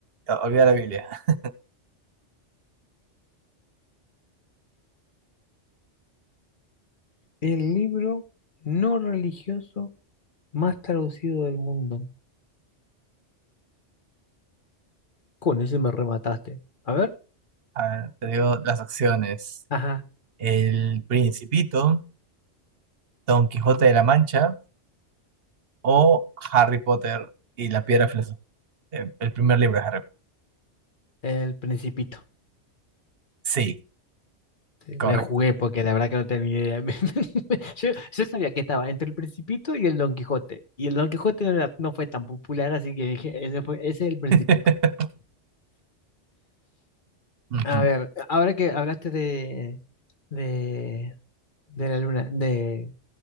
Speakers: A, on the right; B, on the left.
A: o- olvida la Biblia. <laughs>
B: El libro no religioso más traducido del mundo. Con ese me remataste. A ver.
A: A ver, te digo las opciones.
B: Ajá,
A: El Principito, Don Quijote de la Mancha o Harry Potter y la Piedra Filosofal. Eh, El primer libro de Harry Potter.
B: El Principito.
A: Sí,
B: Sí,
A: correcto.
B: Me jugué porque la verdad que no tenía idea. <laughs> Me- me- Yo, yo sabía que estaba entre El Principito y el Don Quijote. Y el Don Quijote no, era- no fue tan popular, así que dije, ese fue, ese es El Principito.
A: <laughs> Ujú.
B: A ver, ahora que hablaste de, de, de la luna, de,